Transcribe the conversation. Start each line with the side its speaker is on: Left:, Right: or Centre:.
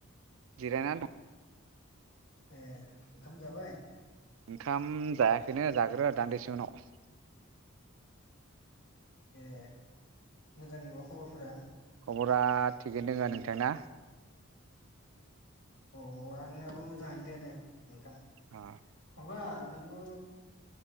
Right: जिरायनानै दं।
Left: ए ओंखाम जाबाय?
Right: ओंखाम जायाखैनो जागोन र दान्दिसे उनाव
Left: ए मोजाङै बा खबरफोरा?
Right: खबरा थिगैनो दोङो नोंथांना।
Left: अ आंनाबो मोजाङै दे दे। नोंथां
Right: अ
Left: माबा नोङो